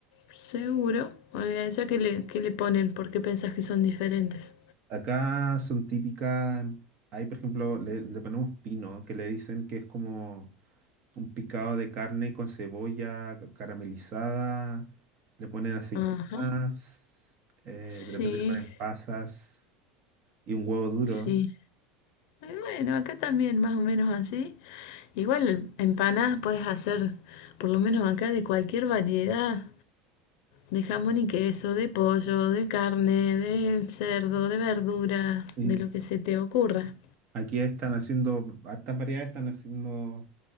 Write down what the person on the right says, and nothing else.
Acá son típicas, hay por ejemplo, le, le ponemos pino, que le dicen que es como un picado de carne con cebolla ca- caramelizada, le ponen aceitunas,
eh,
de repente le ponen pasas y un huevo duro.
Y
aquí están haciendo, hartas variedades están haciendo,